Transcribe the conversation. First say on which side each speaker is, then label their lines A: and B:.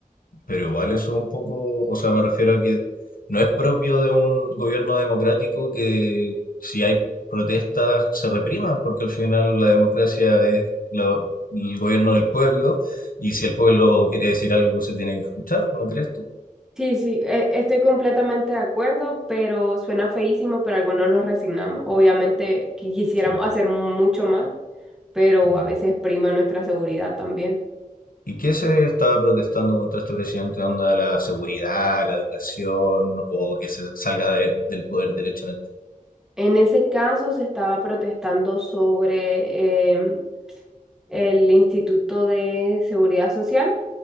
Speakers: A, on the left; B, in the centre.
A: Pero igual eso es un poco, o sea, me refiero a que no es propio de un gobierno democrático que si hay protestas se repriman, porque al final la democracia es la- el gobierno del pueblo y si el pueblo quiere decir algo se tiene que escuchar, ¿no crees tú?
B: Sí, sí, e- estoy completamente de acuerdo, pero suena feísimo, pero algunos nos resignamos. Obviamente que quisiéramos
A: Sí,
B: hacer mucho más, pero
A: ya.
B: a veces prima nuestra seguridad también.
A: ¿Y qué se estaba protestando contra este presidente? ¿Onda la seguridad, la educación o que se salga de- del poder derechamente?
B: En ese caso se estaba protestando sobre em, el Instituto de Seguridad Social.